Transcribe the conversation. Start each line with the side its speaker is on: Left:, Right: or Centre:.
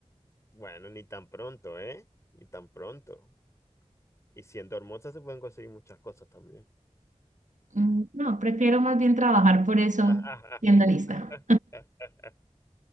Left: Bueno, ni tan pronto, ¿eh? Ni tan pronto. Y siendo hermosa se pueden conseguir muchas cosas también.
Right: Mm, No, prefiero más bien trabajar por eso,
Left: <laughs>
Right: siendo lista.